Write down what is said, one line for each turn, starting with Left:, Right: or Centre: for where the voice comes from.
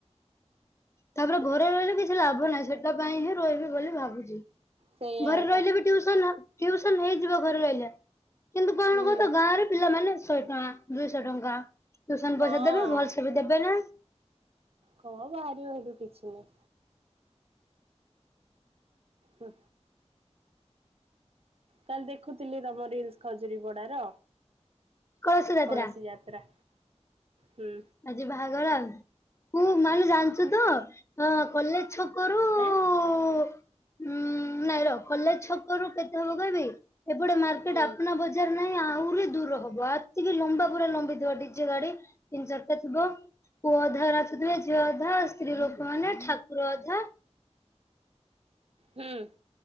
Left: ତାପରେ ଘରେ ରହିଲେ କିଛି ଲାଭ ନାହିଁ ସେଟା ପାଇଁ ହିଁ ରହିବି ବୋଲି ଭାବୁଛି।
Right: ସେଇଆ
Left: ଘରେ
Right: ଏକା
Left: ରହିଲେ ବି ଟିଉସନ ଟିଉସନ୍ ହେଇଯିବ ଘରେ ରହିଲେ। କିନ୍ତୁ କଣ
Right: ହୁଁ
Left: କହୁ ତ ଗାଁରେ ପିଲାମାନେ ଶହେ ଟଙ୍କା ଦୁଇଶହ ଟଙ୍କା ଟ୍ୟୁସନ
Right: ହଁ
Left: ପଇସା ଦେବେ ଭଲସେ ବି ଦେବେ ନାଁ।
Right: କଣ ବାହାରି ହେଟୁ କିଛି ନାଇଁ। ହୁଁ। କାଲି ଦେଖୁଥିଲି ତମ ରିଲ୍ସ ଖଜୁରୀ ପଡାର
Left: କଳସ ଯାତ୍ରା
Right: କୌଣସି ଯା ତ୍ରା ହୁଁ।
Left: ଆଜି ବାହାଘର ଆଉ ତୁ ମାନୁ ଜାଣିଚୁ ତ ଅ କଲେଜ୍ ଛକରୁ
Right: ଆଁ।
Left: ଉ ଉଁ ନାଇଁ ର କଲେଜ୍ ଛକ ରୁ କେତେ ହବ କହିବି ଏପଟେ ମାର ଏ
Right: ହୁଁ
Left: ଡାପନା ବଜ ତିନି ଚାର ନାଇଁ ଆହୁରି ଦୂର ହବ ଆତିକି ଲମ୍ବା ପୁରା ଲମ୍ବିଥିବା ଡିଜେ ଗାଡି ତିନି ଚାର ଏ ଥିବ ପୁଅ ଅଧା ନାଚୁଥିବେ ଝିଅ ଅଧା ସ୍ତ୍ରୀ ଲୋକମାନେ ଠାକୁର ଅଧା
Right: ହୁଁ